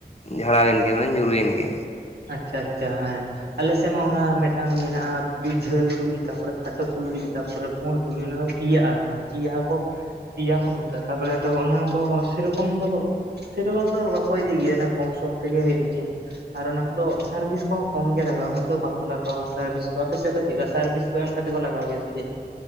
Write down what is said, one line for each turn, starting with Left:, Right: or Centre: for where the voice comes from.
Left: ᱡᱷᱟᱲᱟᱣᱮᱱ ᱜᱮ ᱢᱟᱱᱮ ᱧᱩᱨᱩᱭᱮᱱ ᱜᱮ᱾
Right: ᱟᱪᱪᱷᱟ ᱟᱪᱪᱷᱟ ᱦᱮᱸ ᱟᱞᱮᱥᱮᱜ ᱢᱟ ᱚᱱᱟ ᱢᱮᱴᱟᱝ ᱢᱮᱱᱟᱜ-ᱟ ᱡᱷᱟᱹᱞ ᱛᱩᱲᱤ, ᱛᱟᱯᱚᱨᱮ ᱛᱩᱲᱤ ᱛᱟᱯᱚᱨᱮ ᱯᱩᱲ ᱛᱩᱲᱤ ᱚᱱᱟᱫᱚ ᱯᱤᱭᱟᱜ-ᱟ <unintelligible> ᱡᱟᱦᱟ ᱠᱚ ᱯᱮᱭᱟ ᱠᱚ ᱢᱮᱛᱟᱜ-ᱟ ᱛᱟᱯᱚᱨᱮ ᱟᱫᱚ᱾ ᱚᱱᱟ ᱫᱚ ᱥᱮᱨᱚᱠᱚᱢ ᱫᱚ ᱥᱮ ᱨᱚᱠᱚᱢ ᱫᱚ ᱵᱟᱠᱚ ᱤᱫᱤ ᱜᱮᱭᱟ ᱱᱟ ᱠᱚᱢ ᱥᱚᱢ ᱛᱮᱜᱮ ᱦᱩᱭᱩᱜ ᱜᱮᱭᱟ ᱟᱨ ᱚᱱᱟ ᱠᱚᱫᱚ ᱥᱟᱨ ᱵᱤᱥ ᱠᱚᱦᱚᱸ ᱠᱚᱢ ᱜᱮ ᱞᱟᱜᱟᱜ-ᱟ᱾ ᱩᱱᱟᱹᱜ ᱵᱟᱠᱚ ᱞᱟᱜᱟᱣᱟ, ᱥᱟᱨᱵᱷᱤᱥ ᱠᱚ ᱟᱯᱮ ᱥᱮᱫ ᱫᱚ ᱪᱮᱫᱠᱟ ᱥᱟᱨᱵᱤᱥ <unintelligible> ᱠᱟᱛᱮ ᱠᱚ ᱞᱟᱜᱟᱣ ᱜᱮᱭᱟ ᱥᱮ ᱪᱮ?